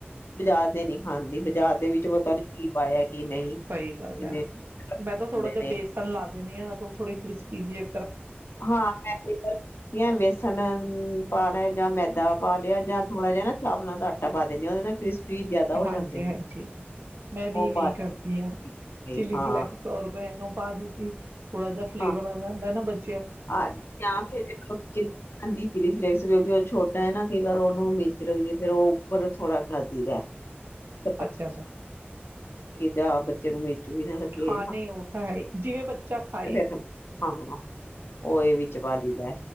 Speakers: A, on the left; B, on the right.
A: ਖਾਦੇਂ ਨੀ ਖਾਣ ਦੀ
B: <unintelligible>
A: ਬਾਜ਼ਾਰ ਦੇ ਵਿੱਚ ਪਤਾ ਨੀ ਕੀ ਪਾਇਆ ਕੀ ਨਹੀਂ
B: ਸਹੀ ਗੱਲ
A: ਕਿੰਨੇ
B: ਐ, ਮੈਂ ਤਾਂ ਥੋੜ੍ਹਾ
A: ਹੁੰਦੇ
B: ਜਿਹਾ
A: ਨੇ
B: ਬੇਸਨ ਲਾ ਦੇਣੀ ਆਂ ਉਹ ਥੋੜੀ ਕ੍ਰਿਸਪੀ ਜੇ
A: ਹਾਂ ਮੈਂ ਬੇਸਣ ਪਾਣਾ ਜਾਂ ਮੈਦਾ ਪਾ ਲਿਆ ਜਾਂ ਥੋੜਾ ਜਿਹਾ ਨਾ ਚਾਵਲਾ ਦਾ ਆ ਪਾ ਦਿੰਦੇ ਉਹਦੇ ਨਾਲ ਕ੍ਰਿਸਪੀ ਜਿਆਦਾ ਹੋ
B: ਹਾਂਜੀ
A: ਜਾਂਦੇ ਨੇ
B: ਹਾਂਜੀ, ਮੈਂ ਵੀ
A: ਉਹ
B: ਇਵੇਂ
A: ਪਾ
B: ਕਰਦੀ ਆਂ
A: ਦਿੱਤੀ,
B: ਚਿਲੀ
A: ਹਾਂ
B: ਫਲੈਕਸ ਓਰਗੇਨੋ ਪਾ ਦਿ ਤੇ ਥੋੜਾ ਜਿਹਾ ਫਲੇਵਰ
A: ਹਾਂ
B: ਆ ਜਾਂਦਾ ਨਾ ਬਚ
A: ਆ ਜਾਂ ਫੇਰ ਇਕ ਚਿਲੀ ਆਂਦੀ ਚਿਲੀ ਫਲੈਕਸ ਕਿਉਂਕਿ ਉਹ ਛੋ ਐ ਨਾ ਕਈ ਵਾਰ ਉਹਨੂੰ ਮਿਰਚ ਲਗਦੀ ਏ। ਫੇਰ ਉਹ ਉੱਪਰ ਥੋੜਾ ਕਰ ਦੀਦੈ। <unintelligible>
B: ਅੱਛਾ ਅੱਛਾ
A: ਜਾਂ ਬੱਚੇ ਨੂੰ ਮਿ- ਮਿਚ ਵੀ ਨਾ ਲੱਗੇ।
B: ਹਾਂ ਨਹੀਂ ਉਹ ਤਾਂ ਹੈ ਹੀ, ਜਿਵੇਂ ਬੱਚਾ ਖਾਏ
A: <unintelligible> ਉਏ ਵਿਚ ਪਾਲੀਦਾ।